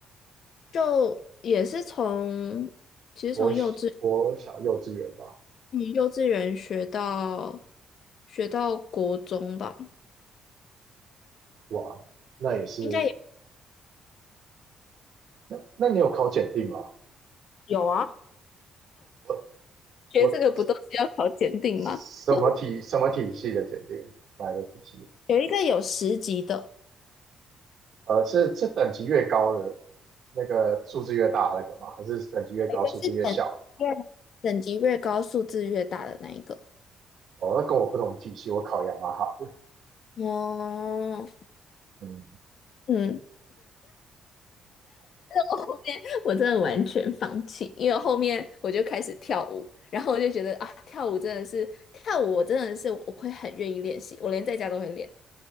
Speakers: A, on the left (about 60°); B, on the right (about 65°).
A: <laughs>。就也是从其实从幼稚
B: 我小我小幼稚园吧。
A: 嗯幼稚园学到学到国中吧，
B: 哇，那也是，
A: 应该也
B: 那那你有考检定吗？
A: 有啊。
B: 我
A: 学这个不都是要考检定吗？
B: 我什么体什么体系的检定？
A: <laughs>
B: 哪个体系？
A: 有一个有十级的，
B: 呃，是是等级越高的那个数字越大那个吗？还是等级越高数字越小？
A: 有一个是等级越等级越高，数字越大的那一个。
B: 哦，那跟我不同体系，我考雅马哈的
A: 哦，
B: 嗯，
A: 嗯，我后面我真的完全放弃，因为后面我就开始跳舞，然后我就觉得啊，跳舞真的是跳舞，我真的是我会很愿意练习，我连在家都会练。